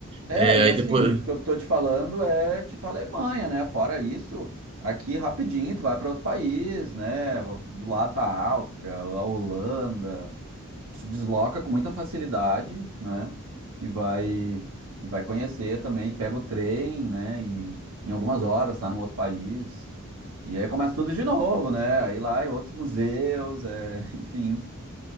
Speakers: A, on the right; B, on the right.
A: É,
B: É,
A: e assim,
B: aí depois.
A: isso que eu tô te falando é tipo Alemanha, né? Fora isso, aqui rapidinho tu vai para outro país, né? Do lado tá a Áustria, a Holanda. Tu te desloca com muita facilidade, né? E vai e vai conhecer também, pega o trem, né? E em algumas horas tá num outro país. E aí começa tudo de novo, né? Aí lá é outros museus, é, <laughs> enfim.